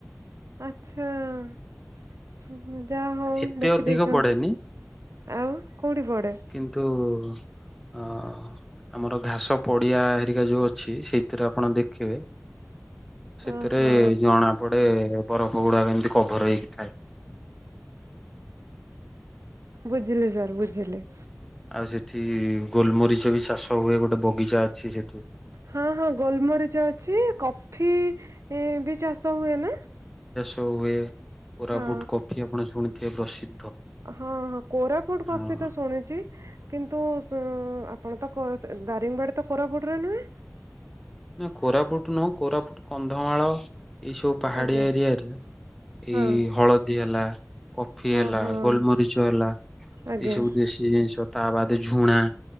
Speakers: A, on the right (about 70°); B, in the centre.
A: ଆଚ୍ଛା ଆ, ଯାହା ହଉ
B: ଏତେ
A: ଦେଖିଦେଇଛନ୍ତି।
B: ଅଧିକ ପଡେନି
A: ଆଉ, କୋଉଠି ପଡେ?
B: କିନ୍ତୁ -ଉ। ଅ-ଆମର ଘାସ ପଡିଆ ହେରିକା ଯୋଉ ଅଛ ଅଛି। ସେଇଥିରେ ଆପଣ ଦେଖିବେ ସେଥିରେ
A: ଓହୋ
B: ଜଣା ପଡେ ବରଫ ଗୁଡ଼ାକ କେମିତି କଭର ହେଇକିଥାଏ।
A: ବୁଝିଲି ସାର୍ ବୁଝିଲି।
B: ଆଉ ସେଠି ଗୋଲମରିଚ ବି ଚାଷ ହୁଏ। ଗୋଟେ ବଗିଚା ଅଛି ସେଠ୍
A: ହଁ ହଁ ଗୋଲମରିଚ ଅଛି। କଫି ବି ଚାଷ ହୁଏ ନା?
B: ଟୱେ। କୋରାପୁଟ
A: ହଁ
B: କଫି ଆପଣ ଶୁଣି କେ ପ୍ରସିଦ୍।
A: ହଁ ହଁ କୋରାପୁଟ କଫି
B: ହଁ।
A: ତ ଶୁଣିୁଚି। କିନ୍ତୁ ସୁଉଁ ଆପଣ ତ କ ଦାରିଙ୍ଗବାଡି ତ କୋରପୁଟ ରେ ନୁହେଁ।
B: ନା କୋରାପୁଟ ନୁହଁ କୋରାପୁଟ କନ୍ଧମାଳ ଏଇ ସବୁ ପାହାଡିଆ
A: ଆଜ୍ଞା।
B: ଏରିଆରେ ଏଇ
A: ହଁ
B: ହଳଦୀ ହେଲା କଫି
A: ହଁ
B: ହେଲା
A: ହଁ
B: ଗୋଲମରିଚ ହେଲା ଏଇ
A: ଆଜ୍ଞା
B: ସବୁ ଦେଶୀ ଜିନିଷ। ତା ବାଦ ଝୁଣା।